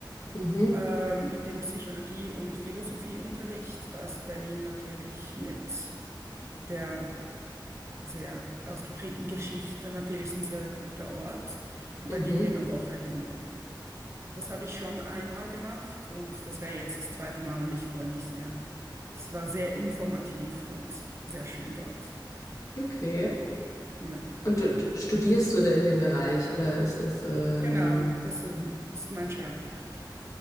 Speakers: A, on the left; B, on the right.
A: Mhm,
B: ähm, mit dem Psychologie- und Philosophieunterricht. Da ist Berlin natürlich mit der sehr ausgeprägten Geschichte natürlich ein sehr guter Ort. Und
A: mhm.
B: da gehen wir eine Woche hin. Das habe ich schon einmal gemacht und das wäre jetzt das zweite Mal und ich freue mich sehr. Es war sehr informativ und sehr schön dort.
A: Okay.
B: Ja,
A: Und du, du, studierst du da in dem Bereich oder ist das, ähm,
B: genau, das
A: mhm,
B: äh, ist mein Schwerpunkt.